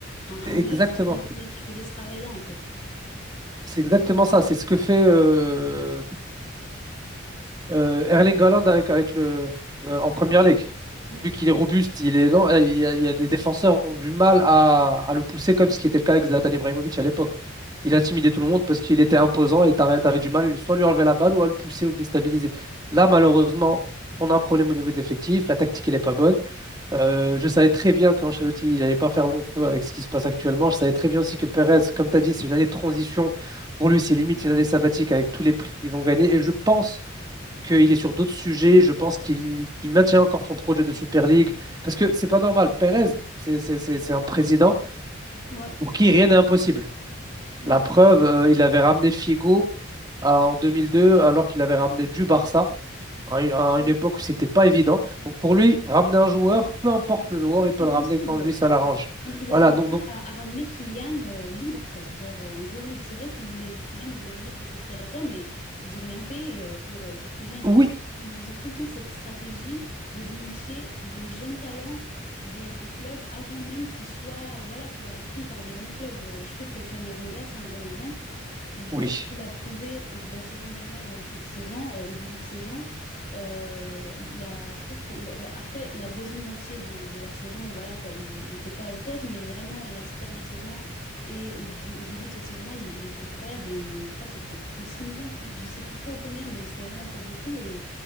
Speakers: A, on the left; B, on the right.
A: un, un
B: Exactement.
A: neuf qui était, qui faisait ce travail-là en fait.
B: C'est exactement ça. C'est ce que fait euh, Euh, Erling Haaland avec, avec le, euh, en Première Ligue.
A: Oui,
B: Vu qu'il
A: oui.
B: est robuste, il est lent, euh, il y a- il y a- les défenseurs ont du mal à, à le pousser comme ce qui était le cas avec Zlatan Ibrahimovic à l'époque. Il intimidait tout le monde parce qu'il était imposant et t'arri- t'avais du mal soit à lui enlever la balle ou à le pousser ou le déstabiliser. Là, malheureusement, on a un problème au niveau de l'effectif. La tactique, elle n'est pas bonne. Euh, je savais très bien qu'Ancelotti, il n'allait pas faire long feu avec ce qui se passe actuellement. Je savais très bien aussi que Perez, comme tu as dit, c'est une année de transition. Pour lui, c'est limite une année sabbatique avec tous les prix qu'ils ont gagnés. Et je pense qu'il est sur d'autres sujets. Je pense qu'il qu'il maintient encore son projet de Super League. Parce que c'est pas normal. Pérez, c'est c'est- c'est- c'est un président
A: Ouais,
B: pour qui rien n'est impossible.
A: ouais,
B: La preuve, euh, il avait ramené Figo à- en 2002, alors qu'il avait ramené du Barça à, une à
A: ouais.
B: une époque où c'était pas évident. Donc pour lui, ramener un joueur, peu importe le joueur, il peut
A: C'est
B: le
A: possible,
B: ramener quand
A: ouais.
B: lui ça l'arrange.
A: Il, il
B: Voilà,
A: a réussi
B: donc, donc
A: à, à ramener Kylian euh, libre, quoi. Genre euh, un joueur libre. C'est vrai qu'il voulait, Kylian, il voulait venir depuis très longtemps, mais ils ont rien payé euh, pour, euh, pour Kylian.
B: oui,
A: Puis ils ont tout le temps cette stratégie de dénicher les jeunes talents des, des clubs avant même qu'ils soient, voilà quoi, pris par des grands clubs. Euh, je trouve que Kamavinga, c'est un bon exemple. Vu
B: oui,
A: ce qu'il a prouvé au, de la saison dernière et cette saison, euh, au début de saison, euh, il y a, je trouve que ouais, bah, après la deuxième moitié de, de la saison, voilà quoi, il n'était pas au top, mais vraiment la s- dernière saison et au, dé- au début de cette saison-là, il, il était incroyable. Et on, je crois que c'était 36 millions, 30 je sais plus trop combien, mais c'était vraiment pas beaucoup. Et,